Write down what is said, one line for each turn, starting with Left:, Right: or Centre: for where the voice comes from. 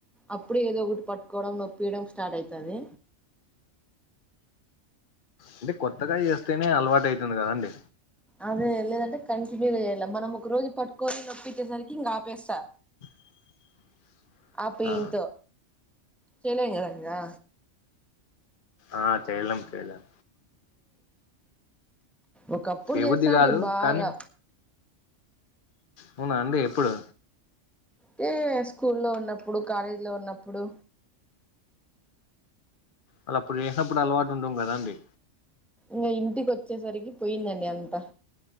Centre: అప్పుడే ఏదో ఒకటి పట్టుకోవడం నొప్పియడం స్టార్ట్ అయితది.
Left: అంటే కొత్తగా చేస్తేనే అలవాటైతుంది కదా అండి.
Centre: అదే లేదంటే కంటిన్యూ చేయాలా మనం ఒక రోజు పట్టుకొని నొప్పి అచ్చేసరికి ఇంకా ఆపేస్తా.
Left: <inaudible>
Centre: ఆపు
Left: ఆ
Centre: ఈంతో చేయలేం కదా అండి ఆ.
Left: ఆ చేయలేం చేయలేం.
Centre: ఒకప్పుడు
Left: చేయబుద్ధి
Centre: చేస్తాంటీమీ
Left: కాదు
Centre: బాగా.
Left: కానీ అవునా అండి ఎప్పుడు
Centre: హ్మ్ స్కూల్లో ఉన్నప్పుడు కాలేజ్ లో ఉన్నప్పుడు
Left: అలా అప్పుడు చేసినప్పుడు అలవాటు ఉండం కదా అండి
Centre: మీ ఇంటికి వచ్చేసరికి పోయిందండి అంతా